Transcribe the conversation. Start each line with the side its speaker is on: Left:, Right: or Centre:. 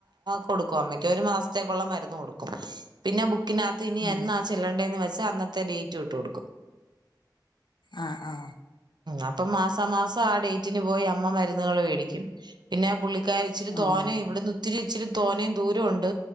Right: കൊടുക്കും അമ്മക്ക ഒരു മാസത്തേക്കുള്ള മരുന്ന് കൊടുക്കും പിന്നെ ബുക്ക്‌ ക്കിനാത്ത് ഇനി
Left: ഉം
Right: എന്നാ ചെല്ലണ്ടേന്ന് വെച്ചാ അന്ന ത്തെ ഡേറ്റ് ഇട്ട് കൊടുക്കും
Left: ആ ആ
Right: അപ്പൊ മാസാ മാസം ആ ഡേറ്റിന് പോയി അ മ്മ മരുന്നുകൾ മേടിക്കും പിന്നെ പുള്ളി ക്കാരി ഇച്ചിരി
Left: ആഹ്
Right: തോനെ ഇവിടുന്ന് ഒത്തിരി ഇച്ചിരി തോന്നയും ദൂരോ ഉണ്ട്